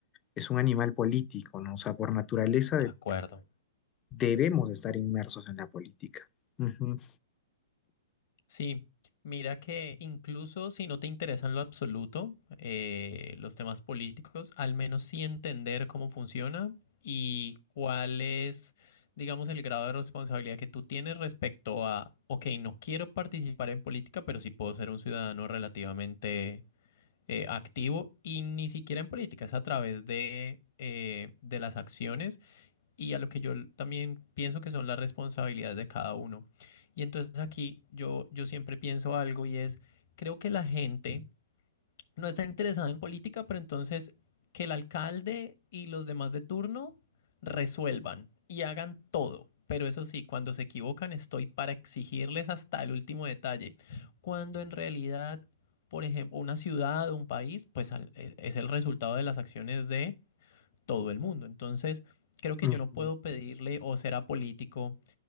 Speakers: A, on the left; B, on the left.
A: es un animal político, ¿no? O sea, por naturaleza
B: De
A: de-
B: acuerdo.
A: debemos de estar inmersos en la política. Ujú.
B: Sí, mira que incluso si no te interesa en lo absoluto eh, los temas políticos, al menos sí entender cómo funciona y cuál es, digamos, el grado de responsabilidad que tú tienes respecto a, ok, no quiero participar en política, pero sí puedo ser un ciudadano relativamente eh, activo y ni siquiera en política, es a través de, eh, de las acciones y a lo que yo también pienso que son las responsabilidades de cada uno. Y entonces aquí yo, yo siempre pienso algo y es, creo que la gente no está interesada en política, pero entonces que el alcalde y los demás de turno resuelvan y hagan todo. Pero eso sí, cuando se equivocan estoy para exigirles hasta el último detalle. Cuando en realidad, por ejemplo, una ciudad o un país, pues al- es es el resultado de las acciones de todo el mundo. Entonces, creo que
A: ujú.
B: yo no puedo pedirle o ser apolítico